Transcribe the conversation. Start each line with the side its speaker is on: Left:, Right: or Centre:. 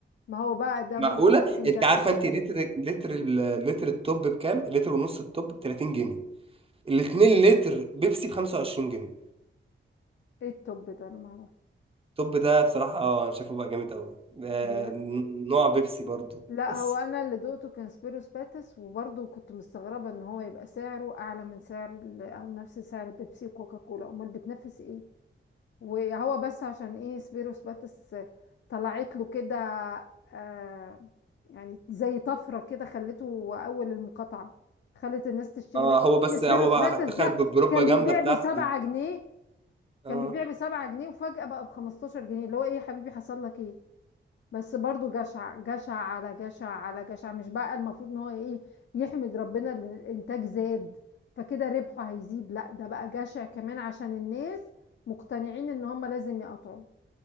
Left: ما هو بقى ده
Right: معقولة
Left: برضو كان من
Right: انت
Left: جشع
Right: عارفة انت لتر لتر ال- لتر التوب بكام لتر ونص التوب ب 30 جنيه الاتنين لتر بيبسي ب 25 جنيه
Left: ايه التوب ده انا ما
Right: التوب ده بصراحة اه انا شايفه بقى جامد قوي آه،
Left: اعرفه
Right: نوع بيبسي برضو
Left: لا
Right: بس
Left: هو انا اللي دوقته كان سبيروس باتس وبرضه كنت مستغربه ان هو يبقى سعره اعلى من سعر ال- او نفس سعر بيبسي وكوكا كولا امال بتنافس ايه وهو بس عشان ايه سبيروس باتس طلعت له كده آه يعني زي طفره كده خلته اول المقاطعه خلت الناس تشتري
Right: اه
Left: منه
Right: هو بس
Left: ان سبيروس
Right: هو بقى
Left: باتس
Right: دخل
Left: ده
Right: بالبروبا
Left: كان
Right: جامدة
Left: بيبيع
Right: بتاعته
Left: بسبعة
Right: دي
Left: جنيه
Right: اه
Left: كان بيبيع بسبعة جنيه وفجأة بقى بخمستاشر جنيه اللي هو ايه يا حبيبي حصل لك ايه بس برضو جشع جشع على جشع على جشع مش بقى المفروض ان هو ايه يحمد ربنا ان الانتاج زاد فكده ربحه هيزيد لا ده بقى جشع كمان عشان الناس مقتنعين ان هم لازم يقطعوا